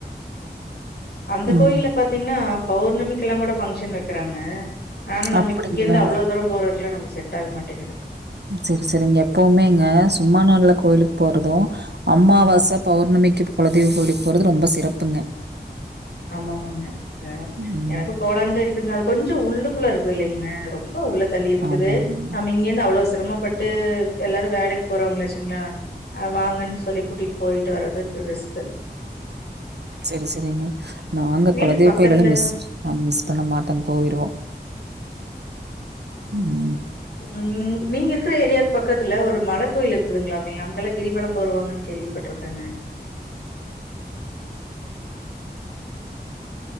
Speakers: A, on the left; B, on the right.
A: அந்த
B: ம்.
A: கோயில்ல பாத்தீங்கன்னா பௌர்ணமி ல்லாம் கூட பங்க்ஷன் வைக்கிறாங்க ஆனா நம்மளுக்கு
B: அப்டிங்களா
A: இங்கிருந்து அவ்ளோ தூரம் போறதுக்குலா நம்மளுக்கு செட் ஆக மாட்டேங்குதுங்க
B: செரி செரிங்க எப்வுமேங்க சும்மா நாள்ல கோவிலுக்கு போறதும் அமாவாச
A: ம்
B: பௌர்ணமிக்கு குலதெய்வும் கோவிலுக்கு போறது ரொம்ப சிறப்புங்க
A: ஆமாமாங்க ஆ
B: ம்.
A: எனக்கும் போலாண்டுல இருக்குது அது கொஞ்சம் உள்ளு ள்ள இருக்குது இல்லங்க ரொம்ப உள்ள தள்ளி இருக்குது
B: ஆமாமாங்க.
A: நம்ம இங்கிருந்து அவ்வளோ சிரமப்பட்டு எல்லாரும் வேலக்கு போறவங்களாச்சுங்களாஹ வாங்கன்னு சொல்லி கூட்டிட்டு போயிட்டு வரதுக்கு ரிஸ்க்
B: செரி சேரிங்க நாங்க
A: வீட்டுக்கு
B: குலதெயவ்
A: பக்கத்துலதா
B: கோயிலாலும் மிஸ் மிஸ் பண்ண மாட்டோங்கு போயிடுவோம் ம்
A: உ நீங்க இருக்கிற ஏரியா பக்கத்துல ஒரு மல கோயில் இருக்குதுங்களாமே அங்கெல்லாம் கிரிவலம் வருவாங்கன்னு கேள்விப்பட்டிருக்காங்க